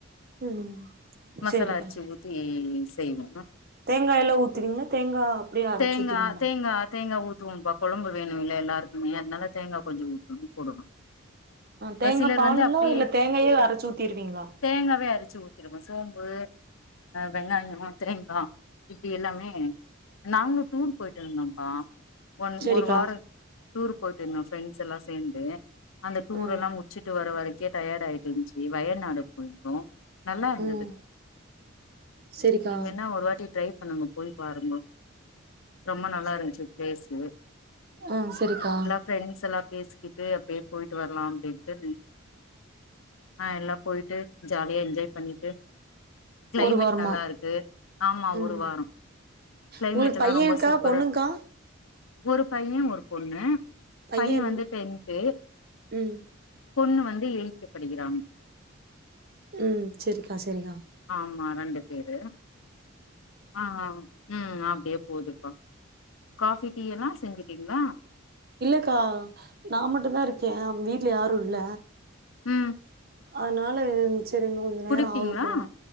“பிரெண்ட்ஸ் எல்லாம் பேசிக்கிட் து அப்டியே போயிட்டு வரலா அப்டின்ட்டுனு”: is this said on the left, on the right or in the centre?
Left